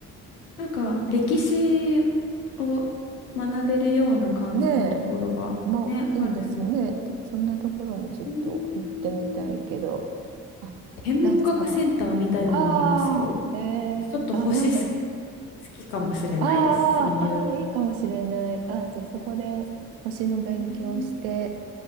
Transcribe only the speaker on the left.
なんか歴史を学べるような感じのところがね、
あるんで。
うーん
天文学センターみたいなのありますよ。
ちょっと星す好
きかもしれないです。
そういう。
へー